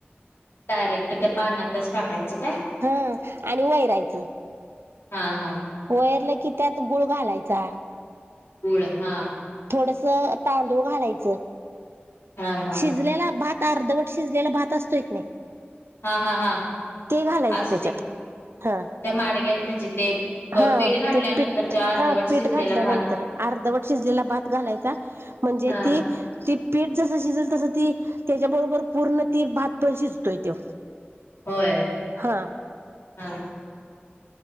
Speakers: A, on the left (about 75°); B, on the right (about 75°).
A: डायरेक्ट त्या पाण्यातच टाकायचं? काय
B: हा आणि वय राहायचं.
A: हा हा
B: वैरलं की त्यात गुळ घालायचा.
A: गुळ हा
B: थोडस तांदूळ घालायचं
A: हा हा
B: शिजलेला भात अर्धवट शिजलेला भात असतोय की नाही.
A: हा हा हा
B: ते घालायचं
A: असतय
B: त्याच्यात
A: की
B: हा,
A: त्या माडग्या म्हणजे ते
B: हा
A: पीठ घातल्यानंतर
B: ते पीठ
A: तो अर्धवट
B: हा
A: शिजलेला
B: पीठ घातल्यानंतर
A: भात
B: अर्धवट शिजलेला भात घालायचा म्हणजे
A: हा
B: ती ती पीठ जस शिजल तसं ती त्याच्याबरोबर पूर्ण ती भात पण शिजतोय तो
A: होय
B: हा
A: हा